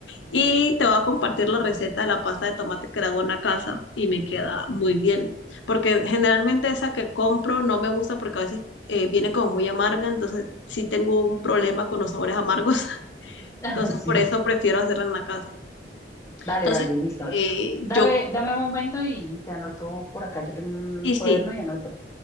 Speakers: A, on the left; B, on the left.
A: Y te voy a compartir la receta de la pasta de tomate que la hago en la casa y me queda muy bien. Porque generalmente esa que compro no me gusta porque a veces eh, viene como muy amarga, entonces sí tengo un problema con los sabores amargos. <laughs>
B: <laughs>
A: Entonces
B: sí.
A: por eso prefiero hacerla en la casa.
B: Dale,
A: Entonces
B: dale, listo.
A: eh, yo
B: Dame,
A: compro,
B: dame un momento y te anoto por acá. Yo tengo un
A: y
B: cuaderno
A: sí,
B: y anoto.